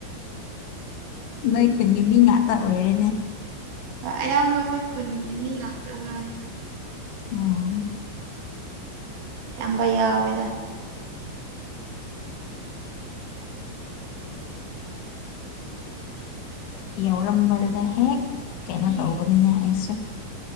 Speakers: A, on the left; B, on the right.
A: ꯅꯣꯏ ꯈꯨꯟꯒꯤ ꯃꯤ ꯉꯥꯛꯇ ꯑꯣꯏꯔꯦꯅꯦ
B: ꯍꯣꯏ ꯑꯌꯥꯝꯕ ꯑꯩꯈꯣꯏ ꯈꯨꯟꯒꯤ ꯃꯤ ꯉꯥꯛꯇ ꯍꯣꯏ
A: ꯑꯝ
B: ꯑꯌꯥꯝꯕ ꯌꯥꯎꯋꯦ
A: <unintelligible> <inaudible> ꯌꯥꯎꯔꯝꯕꯗ ꯍꯦꯛ ꯀꯩꯅꯣ ꯇꯧꯕꯅꯤꯅꯦ ꯑꯩꯁꯦ